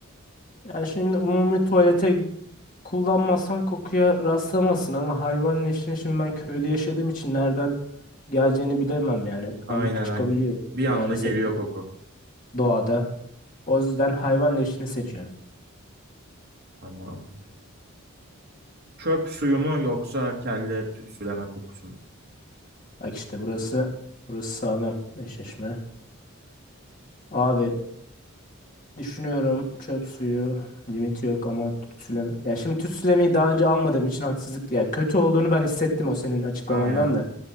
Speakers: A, on the left; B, on the right.
A: Yani şimdi umumi tuvalete kullanmazsan kokuya rastlamazsın ama hayvan leşini şimdi ben köyde yaşadığım için nereden geleceğini bilemem yani.
B: Aynen
A: Anlık çıkabiliyor
B: aynen. Bir anda
A: maalesef
B: geliyor koku.
A: doğada. O yüzden hayvan leşini seçiyorum.
B: Tamam. Çöp suyu mu yoksa kelle tütsüleme kokusu mu?
A: Bak işte burası burası sağlam eşleşme. Abi düşünüyorum çöp suyu limiti yok ama tütsüleme. Ya şimdi tütsülemeyi daha önce almadığım için haksızlık ya kötü olduğunu ben hissettim o senin açıklamandan
B: Aynen.
A: da.